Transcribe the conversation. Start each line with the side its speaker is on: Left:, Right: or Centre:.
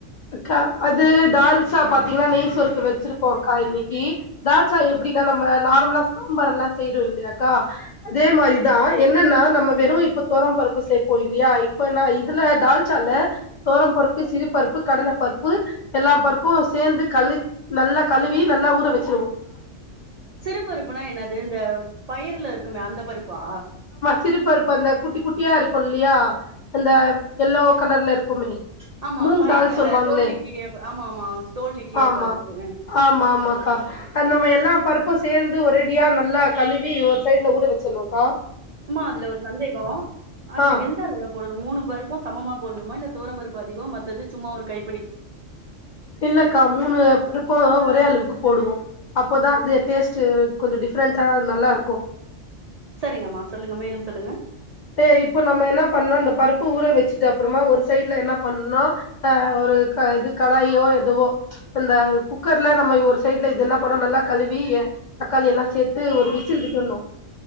Left: அக்கா அது தால்சா பாத்தீங்கன்னா நெய்சோறுக்கு வெச்சிருக்கோக்கா இன்னைக்கி தால்சா எப்டிக்கா நம்ம நார்மலா சாம்பார் எல்லா செய்றோ இல்லையாக்கா அதே மாரிதா எ என்னன்னா நம்ம வெறு இப்ப துவரம் பருப்பு சேப்போ இல்லையா இப்ப நா இதுல டால்சால்ல துவரம் பருப்பு சிறு பருப்பு கடலபருப்பு எல்லா பருப்பு சேந்து கழு நல்லா கழுவி நல்லா ஊற வெச்
Right: சிறு பருப்புனா என்னது இந்த பயருல இருக்குமே அந்த பருப்பா
Left: சிறு பருப்பு அந்த குட்டி குட்டியா இருக்கு இல்லையா அந்த எல்லோ கலர்ல இருக்குமே
Right: ஆமா
Left: மூங்
Right: பயிர்ல
Left: தால் சொல்லுவாங்ளே
Right: வே தோல் நீக்கிய ப- ஆமா ஆமா தோல் நீக்கிய
Left: ஆமா
Right: பருப்பு அஹ்.
Left: ஆமா ஆமாக்கா அந் நம்ம எல்லா பருப்பு சேந்து ஒரேடியா நல்லா கழுவி ஒரு சைட்ல ஊற வச்சிடணு கா
Right: ம்மா அதுல ஒரு சந்தேக அதுல
Left: ஆ
Right: எந்த ஒல போடனு மூணு பருப்பு சமமா போடணுமா இல்ல தோரபருப்பு அதிக மத்தது சும்மா ஒரு கை
Left: இல்லக்கா மூணு பருப்பு ஒரே அளவு கு போடுவோ அப்போதா அது டேஸ்ட் கொஞ்ச டிஃப்ரெண்டா நல்லா இருக்கு
Right: சரிங்கம்மா சொல்லுங்க மேலும் சொல்லுங்க
Left: எ இப்போ நம்ம என்ன பண்ணு இந்த பருப்ப ஊற வச்சிட்டு அப்புறமா ஒரு சைட்ல என்ன பண்னுனா அ ரு க இது கடாயோ எதுவோ ச் இந்த குக்கர்ல நம்ம ஒரு சைட்ல இது என்ன பண்ணனு நல்லா கழுவி எ தக்காளி எல்லா சேத்து ஒரு விசில் விட்டுனு